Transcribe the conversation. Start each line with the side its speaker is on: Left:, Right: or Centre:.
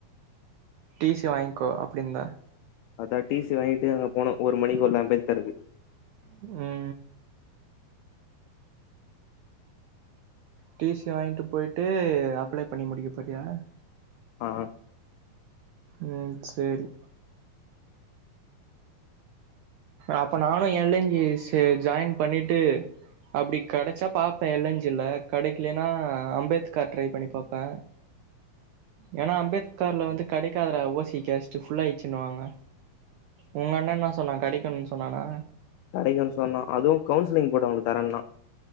Right: டி சி வாங்கிக்கோ அப்டிந்தா
Left: அதா டிசி வாங்கிட்டு அங்க போனோ ஒரு மணிக்குக்குள்ள அம்பேத்காருக்கு
Right: ம் டிசி வாங்கிட்டு போய்ட்டு அப்ளை பண்ணி முடிக்க போறியா
Left: ஆ
Right: ம் சேரி அப்ப நானு என்ல்ல்ச ஜாயின் பண்ணிட்டு அப்படி கிடைச்சா பாப்பேன் இலஞ்சிலா கிடைக்கலேன்னா அம்பேத்கார் ட்ரைவ் பண்ணி பாப்பேன் <unintelligible> ஏன்னா அம்பேத்கர்ல வந்து கெடைகதுடா ஓசிக்க கேஸ்டு ஃபுல்ல ஆச்சுன்னுவாங்க உங்க அண்ணா என்ன சொன்னா கடைக்கணும்னு சொன்னானா
Left: கிடைக்கும்ன்னு சொன்னா அதுவு கவுசிலிங் போட்டகளுக்கு தரேனா